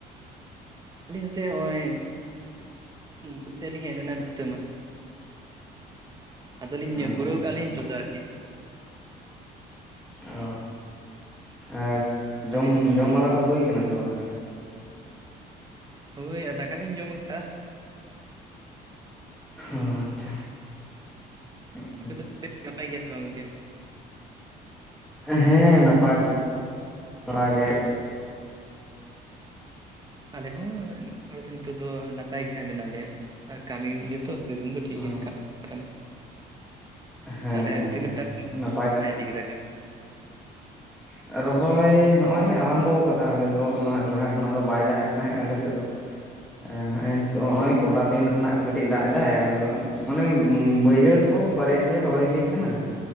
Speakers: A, on the right (about 25°); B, in the centre.
A: ᱟᱹᱞᱤᱧ ᱦᱟᱛᱮ ᱦᱚᱸᱜ-ᱚᱭ ᱵᱟᱫᱽ ᱛᱮᱞᱤᱧ ᱦᱮᱡ ᱞᱮᱱᱟ ᱵᱷᱤᱛᱟᱹ ᱢᱟᱜ᱾ ᱟᱫᱚᱞᱧ
B: ᱚ
A: ᱯᱩᱨᱟᱹᱣ
B: ᱟᱪᱪᱷᱟ
A: ᱠᱟᱜᱼᱟ ᱞᱤᱧ ᱱᱤᱛᱚᱜ ᱫᱚ ᱟᱨᱠᱤ᱾
B: ᱚ ᱟᱨ ᱡᱚᱢ
A: ᱟᱹᱵᱤᱱ ᱫᱚ
B: ᱡᱚᱢ ᱵᱟᱲᱟ ᱠᱚᱫᱚ ᱦᱩᱭᱩ ᱠᱟᱱᱟᱱᱟ ᱥᱮ ᱥᱮ ᱵᱟᱝ ᱛᱟᱦᱚᱞᱮ?
A: ᱦᱳᱭ ᱟᱨ ᱫᱟᱠᱟ ᱞᱤᱧ ᱡᱚᱢ ᱠᱟᱜᱼᱟ᱾
B: ᱚ ᱟᱪᱪᱷᱟ ᱟᱪᱪᱷᱟ
A: ᱟᱯᱮ ᱫᱚᱯᱮ ᱱᱟᱯᱟᱭ ᱜᱮᱭᱟ ᱥᱮ ᱵᱟᱝ ᱜᱚᱝᱠᱮ?
B: ᱦᱮᱸ ᱱᱟᱯᱟᱭ ᱵᱟᱲᱟ ᱜᱮ᱾
A: ᱟᱞᱮ ᱦᱚᱸ ᱦᱚᱲ ᱫᱚ ᱱᱤᱛᱚᱜ ᱫᱚ ᱱᱟᱯᱟᱭ ᱜᱮ ᱦᱟᱸᱜ ᱢᱮᱱᱟᱜ ᱞᱮᱭᱟ ᱟᱨ ᱠᱟᱹᱢᱤ ᱤᱭᱟᱹ ᱛᱚ ᱥᱤᱡᱤᱱ ᱫᱚ ᱴᱷᱤᱠ
B: ᱚ
A: ᱜᱮᱭᱟ <unintelligible>
B: ᱦᱮᱸ
A: ᱛᱟᱦᱞᱮ ᱛᱤᱱᱟᱹᱴᱟ
B: ᱦᱮᱸ
A: ᱱᱤᱱ
B: ᱱᱟᱯᱟᱭ
A: ᱨᱚᱦᱟᱭ <unintelligible>
B: <inaudible> ᱨᱚᱦᱚᱭ ᱦᱚᱜᱼᱚᱭ ᱞᱮ ᱟᱨᱟᱢᱵᱚᱣ ᱠᱟᱫᱟ ᱟᱞᱮᱫ ᱦᱚᱜ-ᱚᱸᱭ ᱞᱟᱦᱟ ᱠᱷᱚᱱᱟᱜ ᱫᱚ ᱵᱟᱭ ᱫᱟᱜ ᱮᱫ ᱛᱟᱦᱮᱸᱫ ᱟᱞᱮ ᱥᱮᱫ ᱫᱚ᱾ ᱟ ᱦᱮᱜ ᱮᱱᱛᱳᱜ ᱦᱚᱸᱜᱼᱚᱭ ᱠᱚᱴᱟ ᱫᱤᱱ ᱠᱷᱚᱱᱟᱜ ᱟᱨ ᱠᱟᱹᱴᱤᱡ ᱫᱟᱜ ᱮᱫᱟᱭ ᱟᱨ ᱢᱟᱱᱮ ᱵᱟᱹᱭᱦᱟᱹᱲ ᱠᱚ ᱵᱟᱨᱭᱟ ᱯᱮᱭᱟ ᱨᱚᱦᱚᱭ ᱦᱩᱭ ᱟᱠᱟᱱᱟ᱾